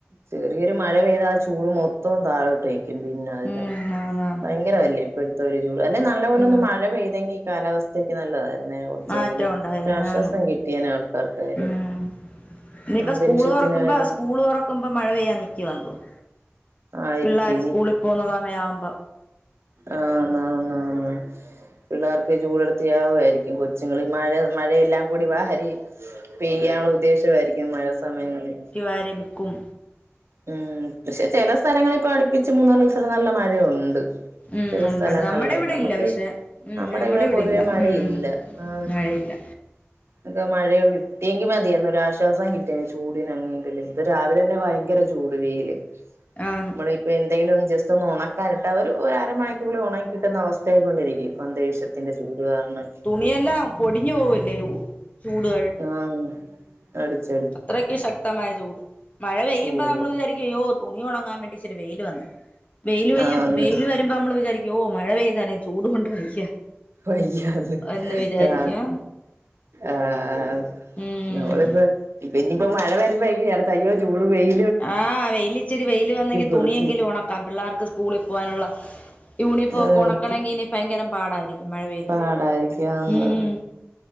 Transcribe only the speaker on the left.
ഉം ആന്നാന്ന്
ഉം
മാറ്റം ഉണ്ടായേനെ
ആന്ന്
ഉം ഇനിയിപ്പോ
സ്കൂള് തുറക്കുമ്പോ സ്കൂള് തുറക്കുമ്പോ മഴ പെയ്യാ നിക്കവാതോന്നുന്നു
പിള്ളോര് സ്കൂളിൽ പോകുന്ന സമയാവുമ്പോ
വരിബ് കും
ഉം
ഉണ്ടുണ്ട്
നമ്മുടെ ഇവിടെ
ഇല്ല പക്ഷെ ഉം
ഞങ്ങടെ
ഇല്ല
ഉം
മഴയില്ല
ആഹ
നീ എല്ലാം പൊടിഞ്ഞു പോവല്ലേ ചൂടുക
അത്രക്ക് ശക്തമായ ചൂട് മഴ പെയ്യുമ്പോൾ
നമ്മൾ വിചാരിക്കുകയ്യോ തുണി ഉണങ്ങാൻ വേണ്ടി വെയിൽ വന്ന് വെയില് വയും
വെയില് വരുമ്പ നമ്മൾ വിചാരിക്കും ഓ മഴ പെയ്താനെ ചൂട് കൊണ്ട് വയ്യ
എന്ന് വിചാരിക്കും
ഉം
ആഹ് വെയിൽ ഇച്ചിരി വെയില്ൽ വന്നെങ്കി
തുണിയെങ്കിലും ഉണക്കാം പിള്ളേർക്ക് സ്കൂളിൽ പോകാനുള്ള യൂണിഫോംക്കെ
ഉണക്കണമെങ്കി ഇനി ഭയങ്കരം പാടായിരിക്കും മഴ പെയ്ത്
കഴിയോ ഉം